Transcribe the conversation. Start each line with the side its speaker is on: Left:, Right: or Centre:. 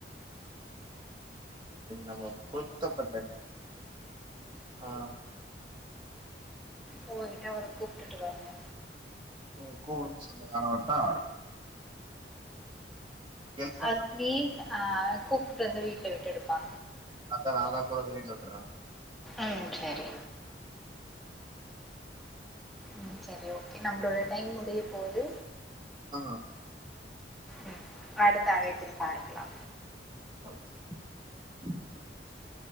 Right: நமக்கு கொடுத்தப்பட்ட நேரம் ஆ
Centre: போயிட்டு அவர கூப்பிட்டுட்டு வரணு
Right: உங்க கூட சேர்ந்து நானு வரட்டா ஹெல்ப் பண்ண
Centre: அதுக்கு நீ ஆ கூப்பிட்டு வந்து வீட்டுல விட்டுடுப்பா
Right: அத்த நாதா கொண்டாந்து வீட்ல விட்டுற
Centre: ம் சரி ம் சரி ஓகே நம்பளோட டைம் முடிய போது
Right: ஆ
Centre: ம் அடுத்த அழைப்பில்ல பார்க்கலா
Right: ம்